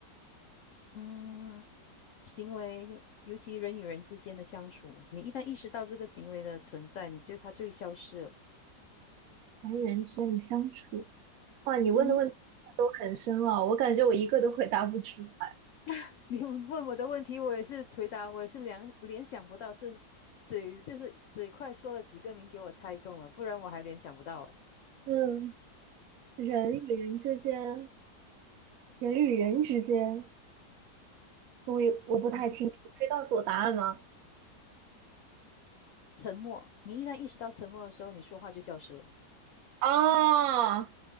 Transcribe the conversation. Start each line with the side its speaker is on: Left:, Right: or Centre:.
Left: 嗯，行为，尤其人与人之间的相处，你一旦意识到这个行为的存在，你就它就会消失了。
Right: 人与人之间的相处。哇，你问的问题真的都很深奥，
Left: 嗯哼，
Right: 我感觉我一个都回答不出来。
Left: <laughs> 你问我的问题，我也是回答，我也是联联想不到是嘴，就是嘴快说了几个名给我猜中了，不然我还联想不到哎。
Right: 嗯，人与人之间。人与人之间，我也我不太清楚，
Left: 嗯，
Right: 可以告诉我答案吗？
Left: 沉默，你一旦意识到沉默的时候，你说话就消失了。
Right: 啊，